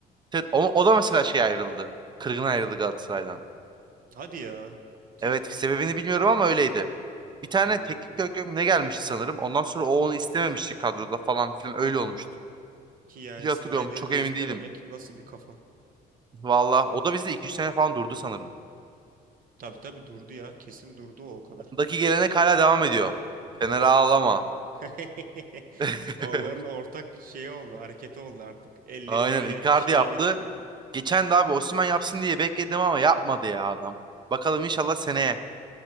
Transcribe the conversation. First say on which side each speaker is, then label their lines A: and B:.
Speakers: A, on the right (about 25°); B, on the right (about 55°).
A: Evet, o, o da mesela şey ayrıldı. Kırgın ayrıldı Galatasaray'dan.
B: Hadi ya. Tüh.
A: Evet sebebini bilmiyorum ama öyleydi. Bir tane
B: Hmm.
A: teknik direktör mü ne gelmişti sanırım. Ondan sonra o onu istememişti kadroda falan filan öyle olmuştu.
B: Ki yani
A: Diye
B: Snyder'i
A: hatırlıyorum çok
B: de
A: emin
B: istememek
A: değilim.
B: nasıl bir kafa?
A: Valla o da bizde iki üç sene falan durdu sanırım.
B: Tabii tabii durdu ya. Kesin durdu o, o kadar.
A: Ondaki gelenek hala devam ediyor. Fener ağlama.
B: <laughs>
A: <laughs>
B: Onların ortak şeyi oldu, hareketi oldu artık. Elleri
A: Aynen
B: böyle
A: Icardi
B: şeye
A: yaptı.
B: getiriyor.
A: Geçen de abi Osimhen yapsın diye bekledim ama yapmadı ya adam. Bakalım inşallah seneye.